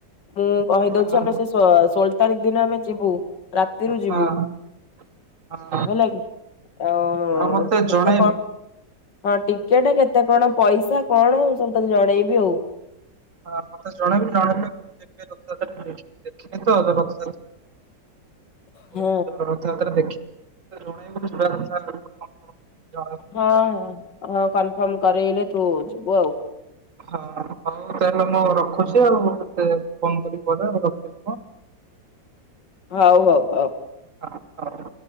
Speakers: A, on the left; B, on the right.
A: ମୁଁ କହିଦଉଚି
B: ହଁ
A: ଆମେ ସେ ଷୋ ଷୋଳ ତାରିଖ ଦିନ ଆମେ ଯିବୁ ରାତିରୁ ଯିବୁ
B: ହଁ ହଁ।
A: ହେଲା କି ଆଉ
B: ମତେ
A: କେତେ
B: ଜଣେଇବୁ
A: କଣ ହଁ ଟିକେଟେ କେତେ କଣ ପଇସା କଣ ସବୁ ତତେ ଜଣେଇବି ଆଉ।
B: ହଁ ମତେ ଜଣେଇବୁ ଜଣେଇଲେ <unintelligible> <unintelligible> ପୁରୀରୁ
A: ହଁ।
B: ରଥଯାତ୍ରା ଦେଖିବେ ଜଣେଇବୁ <unintelligible> ଜଣେଇବୁ।
A: ହଁ ହଁ ହଁ କନଫର୍ମ କରେଇଲେ ତୁଯିବୁ ଆଉ।
B: ହଁ ହଁ। ହଉ ତାହେଲେ ମୁଁ ରଖୁଚି ଆଉ କେତେ ଫୋନ୍ କରିବି ପରେ ଆଉ ରଖୁଚି।
A: ହଉ ହଉ ହଉ।
B: ହଁ ହଉ।